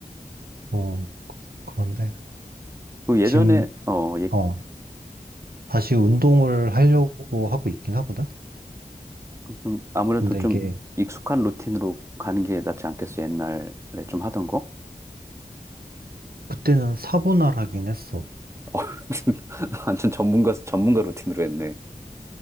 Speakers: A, on the right; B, on the right.
A: 어, 그런데
B: 그 예전에
A: 지금,
B: 어, 얘
A: 어, 다시 운동을 하려고 하고 있긴 하거든.
B: 좀 아무래도
A: 근데
B: 좀
A: 이게
B: 익숙한 루틴으로 가는 게 낫지 않겠어? 옛날에 좀 하던 거?
A: 그때는 사분할 하긴 했어.
B: <laughs> 완전 전문가 전문가 루틴으로 했네.